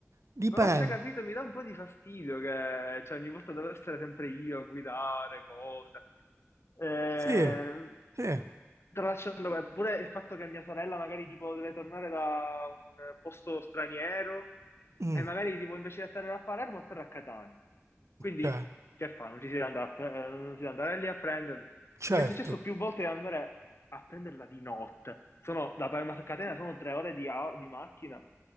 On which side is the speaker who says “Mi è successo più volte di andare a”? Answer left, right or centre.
Left